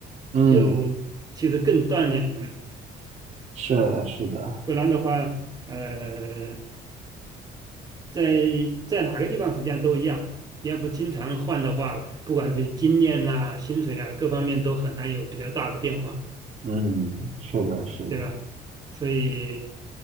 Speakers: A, on the right (about 40°); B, on the right (about 25°).
A: 嗯，
B: 就其实更锻炼人，
A: 是的，是的，
B: 不然的话，呃，在在哪个地方实际上都一样，你要不经常换的话，不管是经验呐、薪水啊各方面都很难有比较大的变化，
A: 嗯，是的，是的，
B: 对吧？所以